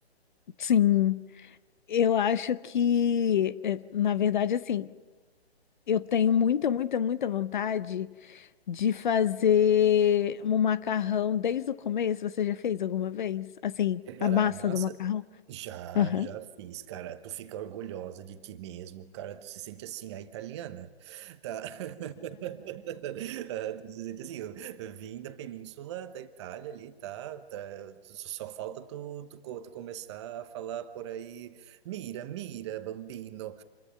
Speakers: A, on the left; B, on the right.
A: Sim, eu acho que, é, na verdade, assim, eu tenho muita, muita, muita vontade de fazer um macarrão desde o começo. Você já fez alguma vez? Assim,
B: Preparar
A: a massa
B: a massa?
A: do macarrão?
B: Já,
A: Aham.
B: já fiz, cara. Tu fica orgulhosa de ti mesmo, cara. Tu se sente assim, a italiana, tá? <laughs> Tá, assim, eu vim da península da Itália ali, tá? tá só só falta tu, tu, co- tu começar a falar por aí, mira, mira, bambino.